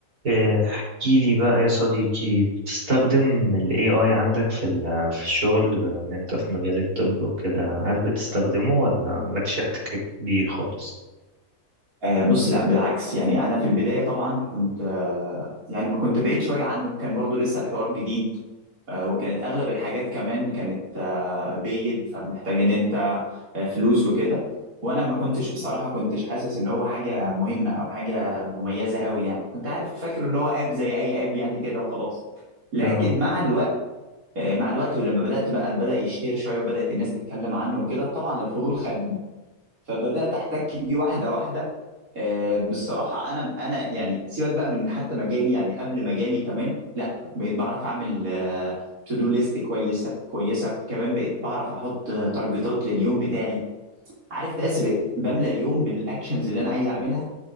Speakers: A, on the right; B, on the right.
A: آه، احكي لي بقى يا صديقي بتستخدم ال AI عندك في ال- في الشغل بما ان انت في مجال الطب وكده هل بتستخدمه ولا مالكش احتكاك بيه خالص
B: آه، بص لا بالعكس يعني انا في البدايه طبعا كنت آه، يعني ما كنت بعيد شويه عنه كان برضو لسه الحوار جديد آه، وكانت اغلب الحاجات كمان كانت آه، بيد فمحتاج ان انت آه، فلوس وكده وانا ما كنتش بصراحه كنتش حاسس ان هو حاجه مهمه او حاجه مميزه قوي يعني كنت عارف فاكر ان هو اب زي اي اب يعني كده وخلاص لكن
A: اه
B: مع الوقت آه، مع الوقت ولما بدات بقى بدأ يشتهر شويه وبدات الناس تتكلم عنه وكده طبعا الفضول خدني فبدات احتك بيه واحده واحده آه، بصراحه انا انا يعني سيبك بقى من حتى مجالي يعني قبل مجالي كمان لا بقيت بعرف اعمل تو دو ليست كويسه كويسه كمان بقيت بعرف احط آه، تارجتات لليوم بتاعي عارف تحس بقيت بملى اليوم بالاكشنز اللي انا عايز اعملها